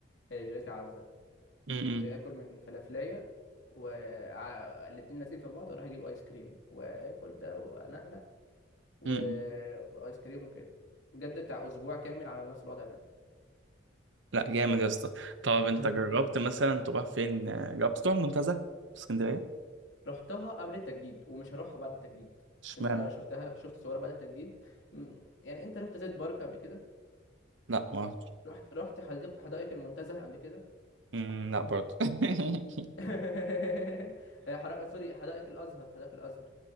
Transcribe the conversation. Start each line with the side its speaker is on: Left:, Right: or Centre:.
Left: آه، جيلاتي عزة
Right: م-م.
Left: كنت اكل من فلافلية والاتنين لازقين في بعض واروح اجيب ايس كريم واكل ده وانقنق و...
Right: م-م.
Left: والايس كريم وكده بجد بتاع اسبوع كامل على نفس الوضع ده
Right: لا جامد يا اسطى طب انت
Left: <laughs>
Right: جربت مثلا تروح فين آه، جربت تروح المنتزه في اسكندرية؟
Left: رحتها قبل التجديد ومش هروحها بعد التجديد
Right: اشمعنى؟
Left: عشان انا شفتها شفت صور بعد التجديد م، يعني انت رحت زيت بارك قبل كده
Right: لا ما رحتش.
Left: رحت رحت حديقة حدائق المنتزه قبل كده
Right: م، لا برضه <laughs>
Left: <laughs> آه، حرا- سوري حدائق الازهر حدائق الازهر